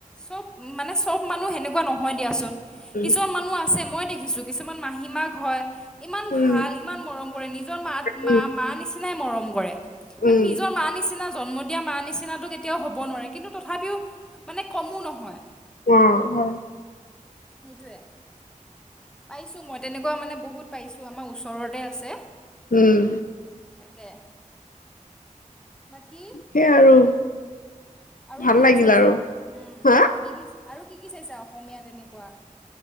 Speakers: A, in the centre; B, on the left.
A: চব মানে চব মানুহ সেনেকুৱা নহয় দিয়াচোন,
B: উম,
A: কিছুমান মানুহ আছে মই দেখিছো কিছুমান মাহী মাক হয় ইমান
B: উম,
A: ভাল ইমান মৰম কৰে নিজৰ মাত মা
B: উম,
A: মা নিচিনাই মৰম কৰে। মানে
B: উম,
A: নিজৰ মা নিচিনা জন্ম দিয়া মা নিচিনাটো কেতিয়াওঁ হ'ব নোৱাৰে কিন্তু তথাপিও মানে কমো নহয়।
B: অ' হয়।
A: সেইটোৱেই। পাইছো, মই তেনেকুৱা মানে বহুত পাইছো, আমাৰ ওচৰতে আছে।
B: উম।
A: তাকে। বাকী
B: সেইয়াই আৰু।
A: আৰু
B: ভাল
A: কি
B: লাগিল
A: কি চাইছা,
B: আৰু
A: উম,
B: হা?
A: আৰু কি কি? আৰু কি কি চাইছা অসমীয়া তেনেকুৱা?